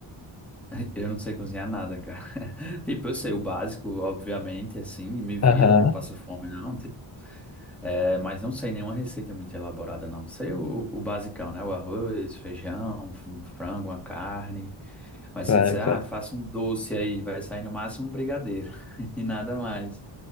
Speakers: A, in the centre; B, on the left.
A: <laughs> Eu não sei cozinhar nada, cara. <laughs> Tipo, eu sei o básico, obviamente, assim, me viro,
B: Aham,
A: não passo fome, não. É, mas não sei nenhuma receita é muito elaborada, não. Sei o, o basicão, né? O arroz, feijão, um frango, uma carne. Mas
B: claro,
A: se você disser,
B: claro.
A: ah, faça um doce aí, vai sair no máximo um brigadeiro <laughs> e nada mais.